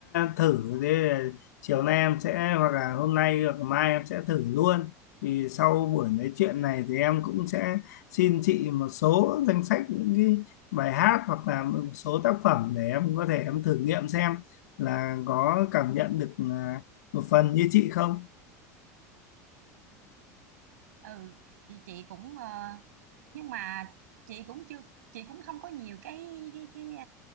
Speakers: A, on the left; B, on the right.
A: thử thế là chiều nay em sẽ hoặc là hôm nay hoặc mai em sẽ thử luôn. Thì sau buổi nói chuyện này thì em cũng sẽ xin chị một số danh sách những cái bài hát hoặc là một số tác phẩm để em có thể em thử nghiệm xem là có cảm nhận được à, một phần như chị không.
B: ừ thì chị cũng ờ, nhưng mà chị cũng chưa chị cũng không có nhiều cái cái, cái